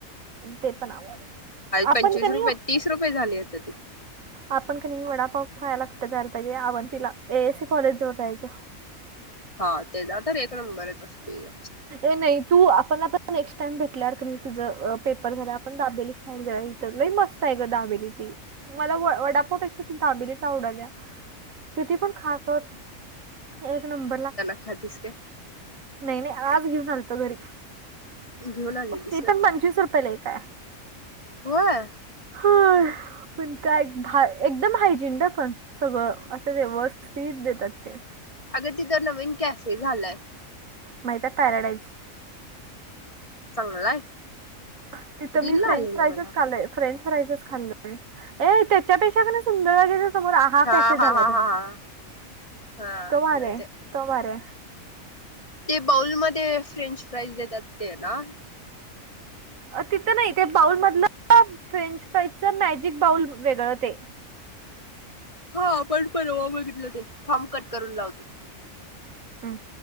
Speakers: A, on the right (about 70°); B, on the left (about 25°).
A: ते पण आपण
B: पंचवीस
A: तरनी
B: रुपये तीस रुपये झाले आता ते.
A: आपण क नाही वडापाव पहायला कुठे जायला पाहिजे आवनतीिला एस सी कॉलेज जवळ जायचं
B: हा तेचा तर एक नंबरच असतील
A: ए नाही तू आपण आता नेक्स्ट टाइम भेटल्या क नाही तिझ पेपर झाला आपण दाबेली खायला जा इथ ल मस्त आहे ग दाबेली ती मला व वडापापेक्षा दाबिरीच्या आवडाल्या किती पण खास होत एक नंबरला
B: खादिस के
A: नाही नाही आज घेऊन आलतो घरी
B: घेऊन आलेलीस
A: ते पण
B: व्हय?
A: पंचवीस रुपयला एक काय
B: होय
A: होय पण काय एकदम <unintelligible> हायजीन द पण सगळं असं व्यवस्थित देतात ते
B: अगं तिथं नवीन कॅफे झालाय
A: माहिताय पॅराडाईज
B: चांगलाय
A: तिथं
B: रील
A: मी
B: ला
A: फ्रेंच
B: आली ना
A: फ्राईजच
B: मला
A: खालय फ्रेंच फ्राईजच खाल्लय ऐ त्याच्यापेक्षा कणय सुंदर <unintelligible> समोर ह आ
B: हा
A: कशी झालाय
B: हा हा हा हा हा
A: तो भारीय
B: माहिती
A: आहे तो भारिय
B: ते बाऊलमध्ये फ्रेंच फ्राईज देतात ते ना
A: तिथं नाही ते बाऊल मधलं फ्रेंच फाईजच मॅजिक बाऊल वेगळं ते
B: हा आपण परवा बघितलं ते थांब कट करून लावतो
A: हम्